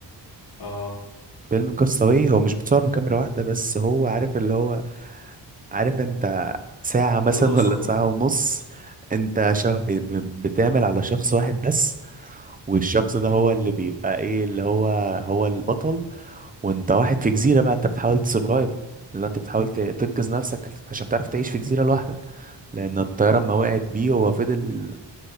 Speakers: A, on the left (about 55°); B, on the right (about 20°).
A: اه
B: فيلم كاستاوي هو مش بتصور بكاميرا واحدة بس هو عارف اللي هو عارف انت ساعة مثلا
A: اوضه وصاله
B: ولا ساعة ونص انت شخ...
A: مم.
B: ب... ب- بتعمل على شخص واحد بس والشخص ده هو اللي بيبقى ايه اللي هو هو البطل وانت واحد في جزيرة بقى انت بتحاول تسرفايف اللي انت بتحاول ت- تنقذ نفسك عشان تعرف تعيش في جزيرة لوحدك لان الطيارة ما وقعت بيه هو فضل